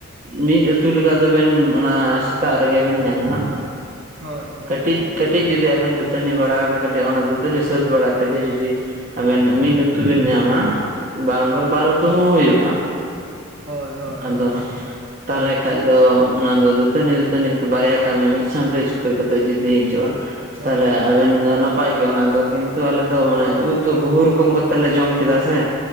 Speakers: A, on the right; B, on the right.
A: ᱢᱤᱫ ᱩᱛᱩ ᱞᱮᱠᱟ ᱫᱚᱵᱮᱱ ᱚᱱᱟ ᱥᱮᱛᱟᱜ ᱨᱮᱜᱮ ᱵᱮᱱ ᱧᱟᱢᱟ᱾
B: ᱦᱳᱭ ᱦᱳ
A: ᱠᱟᱹᱴᱤᱡ ᱠᱟᱹᱴᱤᱡ ᱡᱩᱫᱤ ᱟᱸᱵᱮᱱ ᱠᱟᱹᱴᱤᱪ ᱠᱟᱹᱴᱤᱪ ᱠᱟᱹᱴᱤᱪ ᱡᱩᱫᱤ ᱟᱵᱮᱱ ᱫᱟᱹᱛᱟᱹᱱᱤ ᱵᱟᱲᱟ ᱠᱟ ᱠᱟᱛᱮ ᱠᱟᱹᱴᱤᱡ ᱚᱱᱟ ᱫᱟᱹᱛᱟᱹᱱᱤ ᱥᱟᱹᱛ ᱵᱟᱲᱟ ᱛᱮᱜᱮ ᱡᱩᱫᱤ᱾ ᱟᱸᱵᱮᱱ ᱢᱤᱫ ᱩᱛᱩᱵᱤᱱ ᱧᱟᱢᱟ ᱵᱟᱝ
B: ᱦᱳᱭ
A: ᱫᱚ ᱵᱟᱨ ᱩᱛᱩ ᱦᱚᱸ ᱦᱩᱭᱩᱜᱼᱟ᱾
B: ᱦᱳᱭ ᱦᱳᱭ ᱦᱳᱭ
A: ᱟᱸᱫᱚ
B: ᱦᱳᱭ
A: ᱛᱟᱦᱚᱸᱞᱮ ᱠᱷᱟᱱ ᱫᱚ ᱚᱱᱟ ᱫᱚ ᱫᱟᱹᱛᱟᱹᱱᱤ ᱫᱟᱹᱛᱟᱹᱱᱤ ᱵᱟᱨᱭᱟ ᱠᱟᱹᱢᱤ ᱢᱤᱫ ᱥᱟᱶᱛᱮ ᱪᱩᱠᱟᱹ ᱠᱟᱛᱮ ᱡᱩᱫᱤ ᱦᱤᱡᱩᱜᱼᱟ᱾
B: ᱦᱳᱭ
A: ᱛᱟᱦᱸᱞᱮ
B: ᱦᱳᱭ
A: ᱟᱸᱵᱮᱱ <inaudible> ᱱᱟᱯᱟᱹᱭ ᱜᱮ ᱚᱱᱟ ᱫᱚ ᱠᱤᱱᱛᱩ ᱟᱞᱮ ᱫᱚ ᱢᱟᱱᱮᱹ ᱩᱫ ᱫᱚ ᱵᱚᱦᱩ ᱨᱚᱠᱚᱢ ᱠᱟᱛᱮ ᱞᱮ ᱡᱚᱢ ᱠᱮᱫᱟ ᱥᱮ᱾